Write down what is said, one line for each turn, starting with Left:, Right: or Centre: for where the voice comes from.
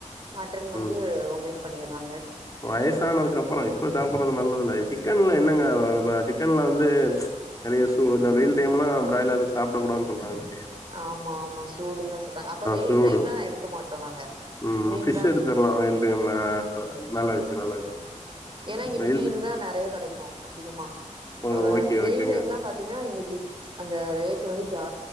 Right: மட்டன் வந்து
Left: ம்
Right: ஒமிட் பண்ணிறாங்க
Left: வயசானதுக்கு அப்புறோ இப்ப சாப்பிடடுறது நல்லதுல்ல சிக்கன்ல என்னங்க சிக்கன்ல வந்து ம்ச் நெறைய சூ இந்த வெயில் டைம் எல்லா பிராய்லர் சாப்பிட கூடாதுனு சொல்றாங்க நெறையா
Right: ஆமா ஆமா சூடுன்தா சொல்றாங்க அப்ப வெயில்
Left: சூடு
Right: டைம்ல நா எடுக்க மாட்டோ நாங்க
Left: ம்
Right: மீன்
Left: ஃபிஷ் எடுத்துரலா வெயில் டைம்ல நல்லா விஷயோ நல்ல விஷயோ
Right: ஏன்னா இங்குட்டு
Left: வெயில்
Right: மீன் தா நெறையா கெடைக்கு அதிகமா
Left: ஓ
Right: அவ
Left: ஓகே
Right: வெயில்
Left: ஓகேங்க
Right: டைம் எல்லா பாத்தீங்கன்னா இங்கிட்டு அந்த ரேட்டு வந்து ஜா